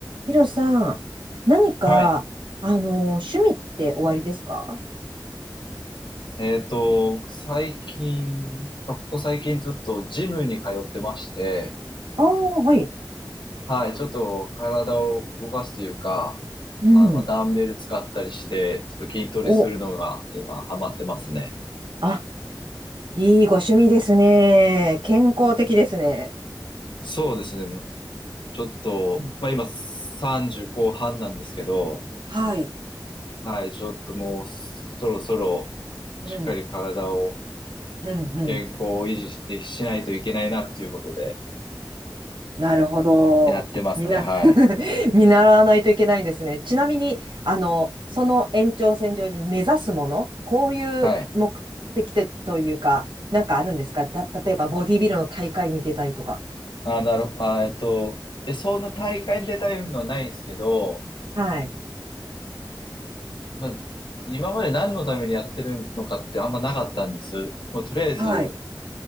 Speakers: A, on the right (about 85°); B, on the left (about 85°).
A: ヒロさん、何か、
B: はい。
A: あの、趣味っておありですか
B: えっと、僕最近、まあここ最近ずっとジムに通ってまして、
A: ああー、はい。
B: はい、ちょっと体を動かすというか、
A: うん。
B: あ、まあ、ダンベル使ったりして、ちょっと筋トレするのが今ハマってますね。
A: お、あ、いいご趣味ですね。健康的ですね。
B: そうですね、もうちょっと、
A: うん
B: まあ今30後半なんですけど、
A: はい。
B: はい、ちょっともうそろそろ
A: うん。
B: しっかり体を
A: うん、うん。
B: 健康を維持ししないといけないなっていうことで
A: なるほど。
B: やってますね、
A: みんな
B: はい。
A: <laughs>。見習わないといけないですね。ちなみに、あの、その延長線上に目指すもの、こういう目的でというか、
B: はい。
A: なんかあるんですかた、例えばボディビルの大会に出たりとか。
B: あー、なる、あー、えっと、いや、そんな大会に出たいのはないんですけど、
A: はい。
B: まあ、今まで何のためにやってるのかってあんまなかったんです。もうとりあえず、
A: はい。